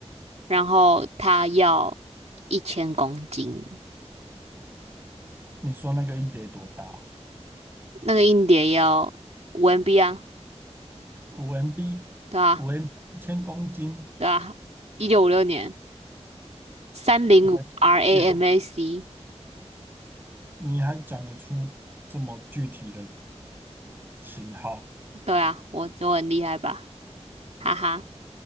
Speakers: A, on the right (about 65°); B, on the right (about 20°).
A: 然后它要一千公斤，
B: 你说那个硬碟多大？
A: 那个硬碟要五 MB 啊，
B: 五 MB，
A: 对啊，
B: 五 MB 一千公斤，
A: 对啊，一九五六年三零五
B: 五
A: RAM
B: MB 耶，
A: a c
B: 你还讲得出这么具体的型号？
A: 对啊，我我很厉害吧，哈哈，